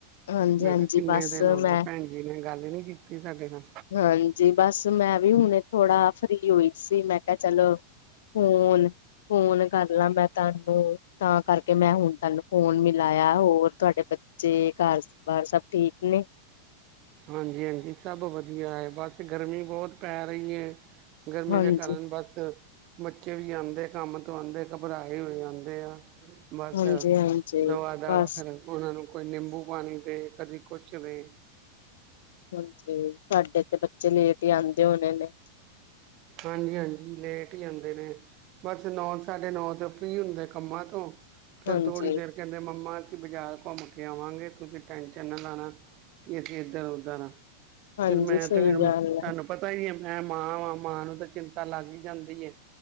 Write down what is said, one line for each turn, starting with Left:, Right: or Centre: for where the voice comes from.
Left: ਹਾਂਜੀ-ਹਾਂਜੀ,
Right: ਮੈਂ ਕੈ ਕਿੰਨੇ
Left: ਬਸ
Right: ਦਿਨ ਹੋਗੇ
Left: ਮੈਂ
Right: ਭੈਣ ਜੀ ਨੇ ਗੱਲ ਈ ਨੀ ਕੀਤੀ। ਸਾਡੇ ਨਾਲ
Left: ਹਾਂਜੀ ਬਸ ਮੈਂ ਵੀ ਹੁਣੇ ਥੋੜਾ ਫਰੀ ਹੋਈ ਸੀ, ਮੈਂ ਕਿਆ ਚਲੋ ਫੋਨ-ਫੋਨ ਕਰ ਲਾ ਮੈਂ ਤਾਨੂੰ। ਤਾਂ ਕਰਕੇ ਮੈਂ ਹੁਣ ਤਾਨੂੰ ਫ਼ੋਨ ਮਿਲਾਯੈ, ਹੋਰ ਤੁਹਾਡੇ ਬੱਚੇ ਘਰ ਬਾਰ ਸਭ ਠੀਕ ਨੇ? ਹੇ
Right: ਹਾਂਜੀ-ਹਾਂਜੀ ਸਭ ਵਧੀਆ ਏ, ਬਸ ਗਰਮੀ ਬੌਤ ਪੈ ਰਹੀ ਏ। ਗਰਮੀ
Left: ਹਾਂਜੀ,
Right: ਦੇ ਕਾਰਨ ਬਸ ਬੱਚੇ ਵੀ ਆੰਦੇ ਕੰਮ ਤੋਂ ਆਦੇ ਘਬਰਾਏ ਹੋਏ ਆਦੇ ਆ। ਬਸ
Left: ਹਾਂਜੀ-ਹਾਂਜੀ,
Right: ਦਵਾ ਦਵ
Left: ਬਸ
Right: ਫੇਰ ਓਨਾਂ ਨੂੰ ਕੋਈ ਨਿੰਬੂ ਪਾਣੀ ਦੇ, ਕਦੀ ਕੁਛ ਦੇ।
Left: ਹਾਂਜੀ, ਤੁਹਾਡੇ ਤੇ ਬੱਚੇ ਲੇਟ ਹੀ ਆਂਦੇ ਹੋਣੇ ਨੇ।
Right: ਹਾਂਜੀ-ਹਾਂਜੀ ਲੇਟ ਹੀ ਆਦੇ ਨੇ, ਬਸ ਨੌ ਸਾਢੇ ਨੌ ਤੋਂ ਫਰੀ ਹੁੰਦੇ ਕੰਮਾਂ ਤੋਂ। ਫੇਰ
Left: ਹਾਂਜੀ।
Right: ਥੋੜ੍ਹੀ ਦੇਰ ਕੈੰਦੇ ਮੰਮਾ ਅਸੀਂ ਬਾਜ਼ਾਰ ਘੁੰਮ ਕੇ ਆਵਾਂਗੇ ਤੁਸੀਂ ਟੈਂਸ਼ਨ ਨਾ ਲੈਣਾ। ਕਿ ਅਸੀਂ ਏਧਰ ਉਧਰ ਆ,
Left: ਹਾਂਜੀ,
Right: ਫੇਰ ਮੈਂ
Left: ਸਹੀ
Right: ਤੇ ਫੇਰ
Left: ਗੱਲ ਹੈ,
Right: ਤਾਨੂੰ ਪਤਾ ਈ ਏ। ਮੈਂ ਮਾਂ ਵਾਂ, ਮਾਂ ਨੂੰ ਤੇ ਚਿੰਤਾ ਲੱਗ ਈ ਜਾਂਦੀ ਏ,